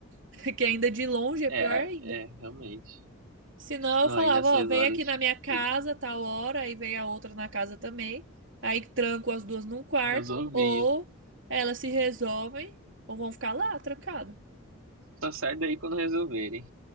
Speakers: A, on the right; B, on the right.
A: <laughs> que ainda de longe é
B: é,
A: pior
B: ah,
A: ainda.
B: é, realmente.
A: Senão
B: Não,
A: eu falava,
B: aí nessas
A: ó, vem
B: horas,
A: aqui
B: tipo,
A: na minha casa tal hora, aí vem a outra na casa também. Aí tranco as duas num quarto
B: resolvi.
A: ou elas se resolvem ou vão ficar lá trancadas.
B: Só sai daí quando resolverem.